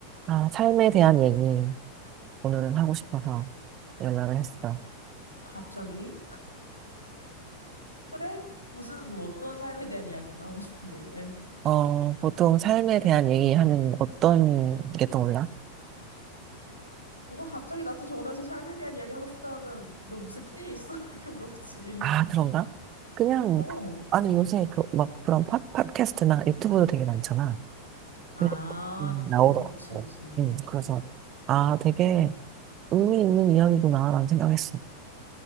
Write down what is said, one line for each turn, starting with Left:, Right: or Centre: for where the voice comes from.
Right: 아, 삶에 대한 얘기 오늘은 하고 싶어서 연락을 했어.
Left: 갑자기? 그래? 무슨, 뭐 어떤 삶에 대한 이야기가 하고 싶은데, 그래?
Right: 어, 보통 삶에 대한 얘기하면 어떤 게 떠올라?
Left: 누가 갑자기 나한테 전화해서 삶에 대한 이야기 하고 싶다 하면, 너 무슨 큰일 있어? <laughs> 이렇게 물어보지.
Right: 아, 그런가? 그냥,
Left: 어.
Right: 아니, 요새 그, 막 그런 팟, 팟캐스트나 유튜브도 되게 많잖아.
Left: 아,
Right: 근데 음, 나오더라고.
Left: 음, 그치, 그치.
Right: 응, 그래서, 아, 되게 의미 있는 이야기구나라는 생각했어.